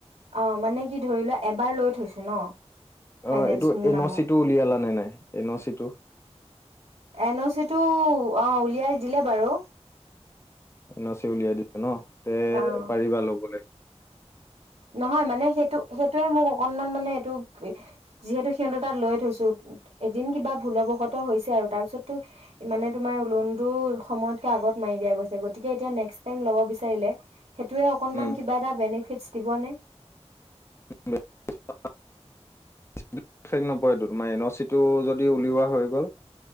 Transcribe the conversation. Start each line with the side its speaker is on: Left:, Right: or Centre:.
Right: অ', মানে কি ধৰি লোৱা এবাৰ লৈ থৈছো ন' ফাইনেন্স
Left: অ' এইটো
Right: মোৰ
Left: এন
Right: নামত
Left: অ' চিটো উলিয়ালা নে নাই? এন অ'চি টো।
Right: এন অ' চিটো অ', উলিয়াই দিলে বাৰু।
Left: এন অ' চি উলিয়াই দিব ন'। তে
Right: অ
Left: পাৰিবা ল'বলৈ
Right: নহয়, মানে সেইটো সেইটোৱেই মোক অকণমান মানে এইটো যিহেতু সিহঁতৰ তাত লৈ থৈছোঁ। এদিন কিবা ভুলবশত হৈছে, আৰু তাৰ পিছটো মানে মোৰ লোনটো সময়তকৈ আগত মাৰি দিয়া গৈছে। গতিকে এতিয়া নেক্সট টাইম ল'ব বিচাৰিলে সেইটোয়ে অকনমান
Left: উম
Right: কিবা এটা বেনিফিটচ দিবনে?
Left: <unintelligible> ইফেক্ট নপৰেটো। তোমাৰ এন, অ, চি টো যত যদি উলিওৱা হৈ গ'ল